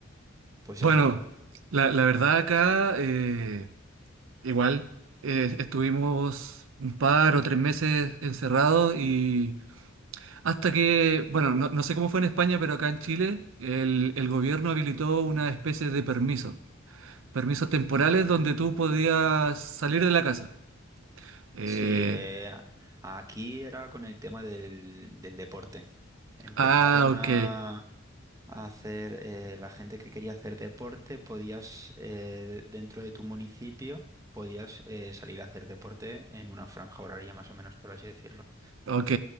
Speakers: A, on the right; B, on the right.
A: pues
B: Bueno,
A: eso.
B: la, la verdad acá eh, igual eh, estuvimos un par o tres meses encerrados y hasta que, bueno, no, no sé cómo fue en España, pero acá en Chile el, el gobierno habilitó una especie de permiso, permisos temporales donde tú podías salir de la casa. Eh,
A: Sí, eh, aquí era con el tema del, del deporte. Empezaron
B: ah, ok,
A: a, a hacer, eh, la gente que quería hacer deporte, podías, eh, de- dentro de tu municipio, podías eh, salir a hacer deporte en una franja horaria, más o menos, por así decirlo.
B: ok,